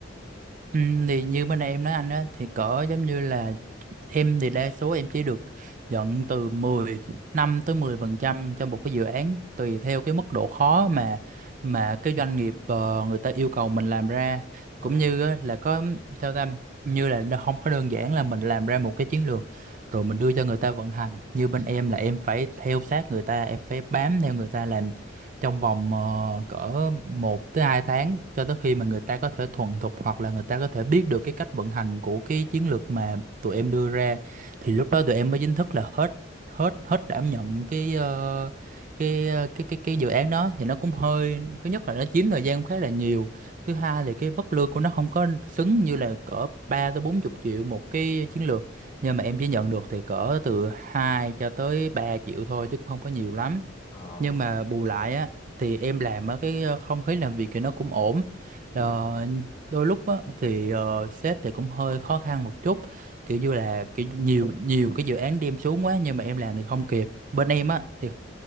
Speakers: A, on the right (about 45°); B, on the left (about 25°).
A: ừ, thì như bên em nói anh á thì cỡ giống như là em thì đa số em chỉ được nhận từ mười năm tới 10 phần trăm cho một cái dự án tùy theo cái mức độ khó mà mà cái doanh nghiệp ờ, người ta yêu cầu mình làm ra
B: ờ
A: cũng như á, là có theo tâm như là nó không có đơn giản là mình làm ra một cái chiến lược rồi mình đưa cho người ta vận hành như bên em là em phải theo sát người ta em phải bám theo người ta làm trong vòng ờ, cỡ một tới 2 tháng cho tới khi mà người ta có thể thuần thục hoặc là người ta có thể biết được cái cách vận hành của cái chiến lược mà tụi em đưa ra thì lúc đó tụi em mới chính thức là hết hết hết đảm nhận cái ờ, cái ờ, cái cái cái dự án đó thì nó cũng hơi thứ nhất là nó chiếm thời gian khá là nhiều thứ hai là cái mức lương của nó không có xứng như là cỡ ba tới bốn chục triệu một cái chiến lược nhưng mà em chỉ nhận được thì cỡ từ 2 cho tới 3 triệu thôi chứ cũng không có nhiều lắm
B: ờ
A: nhưng mà bù lại á thì em làm ở cái ờ, không khí làm việc thì nó cũng ổn
B: ừ.
A: Ờ, đôi lúc á thì ờ, sếp thì cũng hơi khó khăn một chút kiểu như là kiểu nhiều nhiều cái dự án đem xuống quá nhưng mà em làm thì không kịp bên em á thì